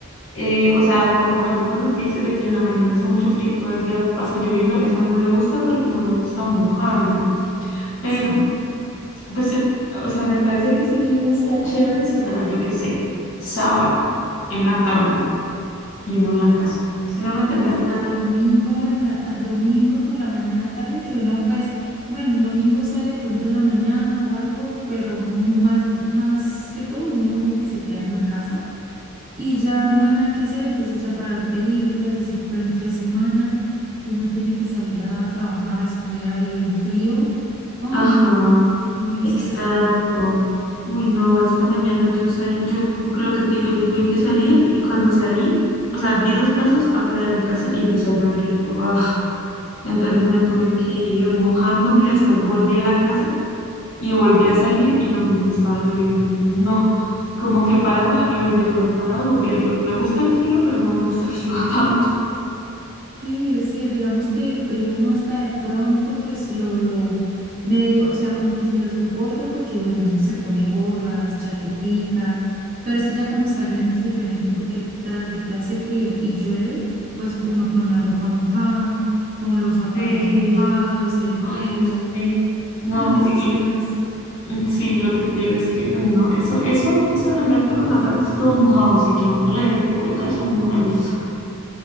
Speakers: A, on the left; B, on the right.
A: eh, o sea, concuerdo con lo que dices de que en la mañana hace mucho frío, y todo el día pasa lloviendo. Eso a mí no me gusta porque no me gusta mojarme. Pero
B: sí.
A: Pues, o sea, me parece que este clima está chévere si fuera, yo qué sé, sábado, en la tarde y uno en la casa. ¿Sí me va a entender?
B: O hasta domingo en la ta- domingo por la mañana tarde, que uno, pues, bueno, un domingo sale pronto en la mañana o algo, pero mu- más, más que todo, uno como que se queda en la casa y ya no hay nada que hacer, entonces ya para ver películas, así, pero entre semana, que uno tiene que salir a trabajar, a estudiar y el frío, ay,
A: Ajá,
B: no, no, no, muy
A: exacto.
B: estresante.
A: Uy, no, esta mañana yo salí, yo con lo que te digo, yo tuve que salir y cuando salí, o sea, di dos pasos afuera de mi casa y empezó a llover y yo, ah, entonces me
B: Ujú.
A: tuve que
B: sí.
A: ir mojándome, después volví a la casa Y volví a salir y lo mismo estaba lloviendo y yo no, como que paraba y volví a llover, paraba y volví a llover. Me gusta el frío, pero no me gusta que <laughs> llueva tanto.
B: Sí, sí, es, digamos que el frío uno hasta de pronto, pues lo, lo medio, o sea, como que se lo soporta porque, bueno, se pone gorras, chaquetica, pero es que ya cuando está lloviendo es diferente porque tras de que hace frío y llueve, pues uno con la ropa mojada, con los zapatos
A: Sí,
B: mojados, el
A: ay,
B: pelo,
A: sí. No,
B: ay, eso
A: y
B: es
A: l-
B: tenaz.
A: mm, sí, lo que te digo es que, ay, no, eso, eso, eso de andar con los zapatos todos mojados y que a uno le dé cueca, eso a mí no me gusta,